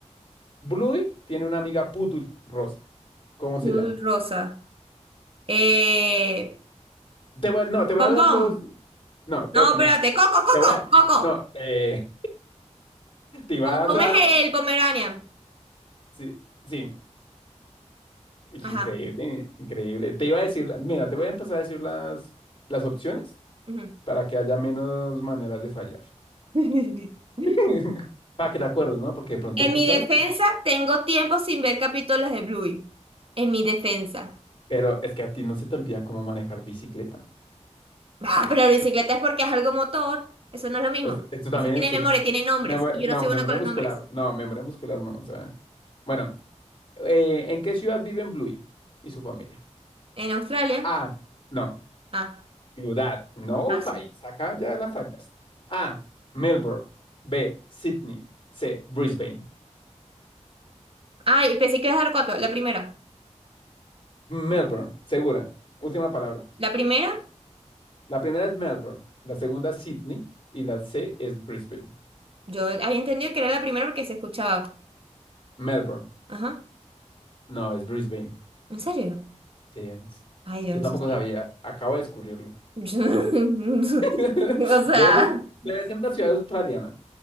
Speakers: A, on the left (about 45°); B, on the right (about 50°).
A: Bluey tiene una amiga Pudul Rosa. ¿Cómo se
B: Azul
A: llama?
B: rosa. Eh,
A: Te voy, a- no, te voy
B: bombón.
A: a dar los. No, te,
B: No,
A: no,
B: espérate. Coco, coco,
A: te voy a.
B: coco.
A: No, eh, <laughs> te iba
B: Bombón
A: a dar la.
B: es el Pomeranian.
A: Sí, sí. Y
B: Ajá.
A: que Increíble, increíble. Te iba a decir, la- mira, te voy a empezar a decir las, las opciones
B: ujú.
A: para que haya menos maneras de fallar.
B: <laughs>
A: <laughs> Para que te acuerdes, ¿no? Porque de pronto
B: En
A: tú
B: mi
A: sabes,
B: defensa,
A: pero
B: tengo tiempo sin ver capítulos de Bluey. En mi defensa.
A: pero es que a ti no se te olvida cómo manejar bicicleta.
B: Ah, pero la bicicleta es porque es algo motor. Eso no es lo mismo.
A: Esto, esto también,
B: Eso tiene
A: esto
B: memoria,
A: es...
B: tiene nombres.
A: memo-
B: Y yo
A: No,
B: no soy
A: memoria
B: bueno con los
A: muscular.
B: nombres.
A: No, memoria muscular no. O sea, bueno, eh, ¿en qué ciudad viven Bluey y su familia?
B: En Australia.
A: A, no,
B: Ah,
A: ciudad, no
B: ah,
A: país. Acá ya la fallas. A, Melbourne. B, Sydney. C, Brisbane.
B: Ah, y pensé que iba a dar cuatro. La primera.
A: Melbourne, segura. Última palabra.
B: La primera,
A: La primera es Melbourne, la segunda es Sydney y la C es Brisbane.
B: yo había entendido que era la primera porque se escuchaba.
A: Melbourne.
B: Ajá.
A: No, es Brisbane.
B: ¿En serio?
A: Sí, es-
B: Ay, yo
A: Yo
B: eso
A: tampoco
B: sí.
A: sabía. Acabo de descubrirlo.
B: <laughs>
A: <laughs>
B: O sea,
A: Debe ser, debe ser una ciudad australiana.